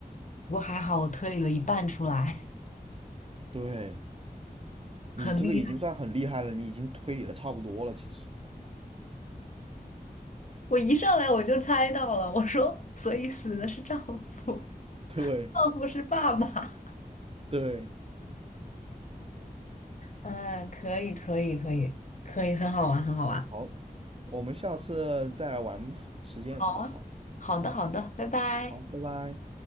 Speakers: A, on the left; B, on the right.
A: 不过还好我推理了一半出来。
B: 对，
A: <laughs>
B: 你这个已经算很厉害了，
A: 很厉害，
B: 你已经推理的差不多了，其实。
A: 我一上来我就猜到了，我说，所以死的是丈夫，
B: 对
A: 丈夫是爸爸。
B: 对，
A: 嗯，可以，可以，可以，可以，很好玩，很好玩。
B: 好，我们下次再来玩吧，时间也不早了。
A: 好啊，好的，好的，拜拜。
B: 好，拜拜。